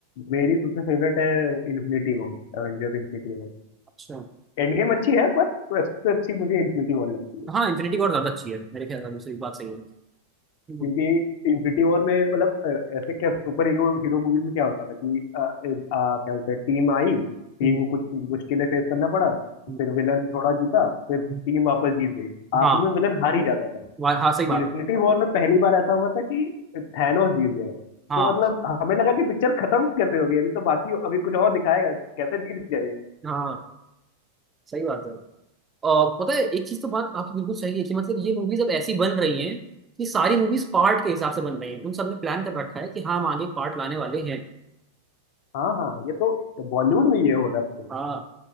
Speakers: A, on the left; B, on the right.
A: मेरी सबसे फेवरेट है Infinity War Avengers Infinity War
B: अच्छा
A: End Game अच्छी है पर सबसे अच्छी मुझे इन्फिनिटी वॉर लगती है
B: हाँ इन्फिनिटी वॉर ज्यादा अच्छी है मेरे ख्याल से आपकी सही बात सही है हम्म,
A: क्योंकि इन्फिनिटी वॉर में मतलब अ, ऐसे क्या सुपर हीरो हीरो मूवीज में क्या होता था कि अ, अ, अ, क्या होता है टीम आई टीम
B: हम्म,
A: को कुछ मुश्किलें फेस करना पड़ा
B: हम्म,
A: फिर विलन थोड़ा जीता फिर टीम
B: हम्म।
A: वापस जीत गई आखिर
B: हाँ
A: में विलन हार ही जाता था
B: वा- हाँ सही बात
A: इन्फिनिटी
B: है
A: वॉर में पहली बार ऐसा हुआ था कि थैनोस जीत गया
B: हाँ
A: तो मतलब हमें लगा कि पिक्चर खत्म कैसे हो गई अभी तो बाकी अभी कुछ और दिखाएगा कैसे जीत गए
B: हाँ सही बात है और पता है एक चीज तो बात आपकी बिल्कुल सही है कि मतलब ये मूवीज अब ऐसी बन रही हैं कि सारी मूवीज पार्ट के हिसाब से बन रही हैं उन सबने प्लान कर रखा है कि हाँ हम आगे पार्ट लाने वाले हैं
A: हाँ हाँ ये तो बॉलीवुड में ये हो रहा है
B: हाँ